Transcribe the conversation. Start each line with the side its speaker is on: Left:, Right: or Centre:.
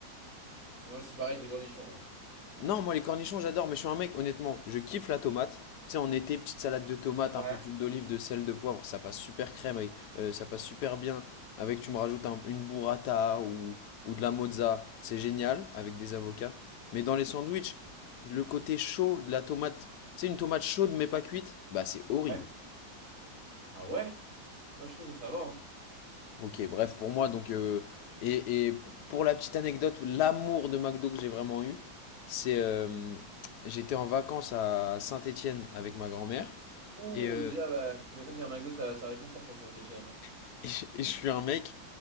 Right: Ah, Moi, c'est pareil avec les cornichons, moi.
Left: Non, moi les cornichons, j'adore, mais je suis un mec, honnêtement, je kiffe la tomate. Tu sais, en été, petite salade de tomate,
Right: Ouais.
Left: un peu d'huile d'olive, de sel, de poivre, ça passe super crème, avec, euh, ça passe super bien. Avec, tu me rajoutes un- une burrata ou, ou de la mozza, c'est génial, avec des avocats. Mais dans les sandwichs, le côté chaud de la tomate, tu sais, une tomate chaude mais pas cuite, bah c'est horrible.
Right: Ouais. Ah ouais? Moi, je trouve que ça va, hein.
Left: Ok, bref, pour moi, donc, euh, et, et pour la petite anecdote, l'amour de McDo que j'ai vraiment eu, c'est euh, j'étais en vacances à Saint-Étienne avec ma grand-mère,
Right: Ouh,
Left: et, euh,
Right: déjà, bah, tu m'étonnes qu'un McDo, ça, ça réconforte à cette échelle. hein.
Left: <laughs> et je et je suis un mec,